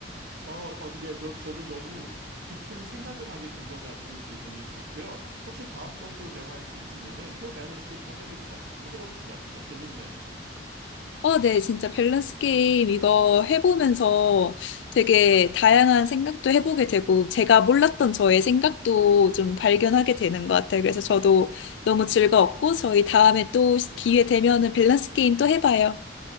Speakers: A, on the right (about 75°); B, on the left (about 80°).
A: 어, 어, 근데 너, 저도 너무 깊은 생각을 하게 된 거 가지고 기분이 좋고요. 혹시 다음번 또 대화할 수 있으면은 또 밸런스 게임 더 해보자, 해봅시다. 진짜 재밌네요.
B: 어, 네, 진짜 밸런스 게임 이거 해보면서 되게 다양한 생각도 해보게 되고, 제가 몰랐던 저의 생각도 좀 발견하게 되는 것 같아요. 그래서 저도 너무 즐거웠고, 저희 다음에 또 기회 되면은 밸런스 게임 또 해봐요.